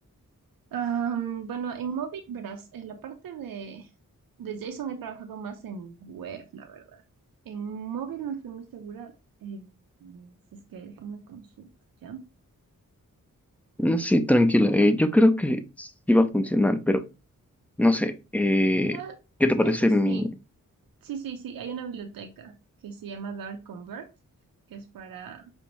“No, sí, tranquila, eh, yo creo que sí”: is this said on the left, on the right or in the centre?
Centre